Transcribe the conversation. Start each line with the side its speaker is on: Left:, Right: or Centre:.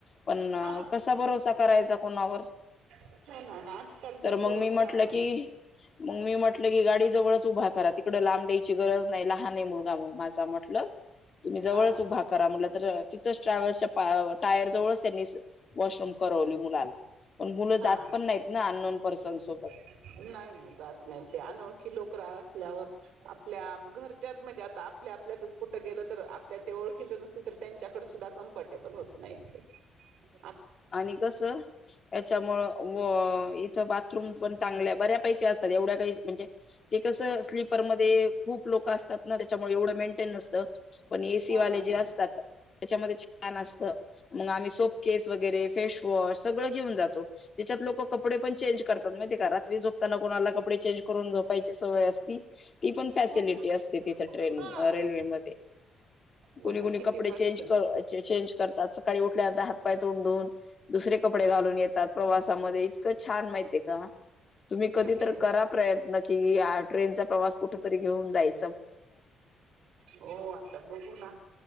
Left: पण
Right: हा
Left: कसऽऽ करायचा कोणावर,,
Right: हो ना आजकाल
Left: तर मग
Right: भरोसा
Left: मी म्हटलं की, मग मी म्हटलंऽऽ म्हटलं की गाडी जवळच उभा करा,, तिकडं लांब न्यायची गरज नाही लहान आहे, मुलगा माझा म्हटलंऽ तुम्ही जवळच
Right: हा
Left: उभा
Right: हा
Left: करा म्हटलं तर तिथंच ट्रॅव्हल्सच्या टायर जवळच त्यांनीऽऽ वॉशरूम करवली मुलाला,, पण मुलं
Right: हा
Left: जात पण नाहीत ना अननोन पर्सन सोबतऽऽ
Right: नाही ना, जात नाही ते, अनोळखी लोक असल्यावर आपल्यात, घरच्यात म्हणजे आताऽऽ आपल्या आपल्यातच कुठं गेलं तर आपल्या ते ओळखीच नसल तर त्यांच्याकडे सुद्धा कम्फर्टेबल होत नाही तेऽऽ
Left: आणि कस यांच्यामुळं, इथं बाथरूम पणऽऽ चांगल्या बऱ्यापैकी असतात, एवढ्या काही म्हणजे ते कसं, स्लीपरमध्येध्ये खूप लोक असतात ना त्याच्याऽऽ एवढं मेंटेन नसत,, पण एसीवाले
Right: हो ना
Left: जे
Right: हो
Left: असतातऽऽ
Right: ना
Left: त्याच्यामध्ये छान असत,, मग आम्ही सोप केस वगैरेऽऽ फेशवॉश, सगळं घेऊन जातो त्याच्यात लोकं कपडे पण चेंज करतात माहितीये का रात्री झोपताना कोणाला कपडेऽऽ ंज करून जोपायची सवय असतीऽऽ ती पण फॅसिलिटी
Right: हो
Left: असते तिथं ट्रेन,
Right: हा
Left: रेल्वेमध्येऽऽ कोुणी
Right: बघा
Left: कोुणी
Right: किती
Left: कपडे
Right: मस्त
Left: चेंज,
Right: आहे
Left: चेंज करतात.. सकाळी उठल्याता हात पाय तोंड धुवून दुसरे कपडे घालून येतात प्रवासामध्येऽऽ छान माहिित आहे का? तुम्ही कधी
Right: किती
Left: तर करा प्रयत्न कि ट्रेनचा प्रवास कुठ तरी घेऊन जायऽऽ
Right: हो, आता बघू ना.